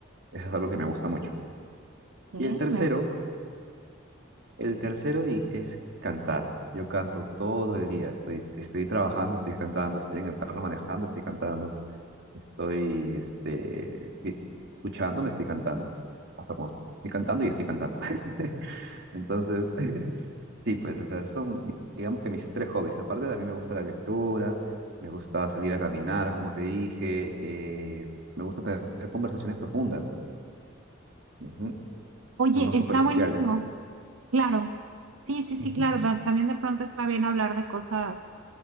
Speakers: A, on the right; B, on the right.
A: eso es algo que me gusta mucho.
B: eh,
A: Y el tercero,
B: me-
A: el tercero di- es cantar. Yo canto todo el día, estoy, estoy trabajando, estoy cantando, estoy en el carro manejando, estoy cantando Estoy, este, vi- duchando, me estoy cantando. Hasta como estoy cantando y estoy cantando. <laughs> Entonces, <laughs> sí, pues, o sea, esos son, digamos que mis tres hobbies. Aparte, también me gusta la lectura, me gusta salir a caminar, como te dije, eh, me gusta tener conversaciones profundas, ujú, o
B: Oye,
A: sea, no
B: está
A: superficiales.
B: buenísimo, claro. Sí, sí, sí,
A: Ujú.
B: claro. da- También de pronto está bien hablar de cosas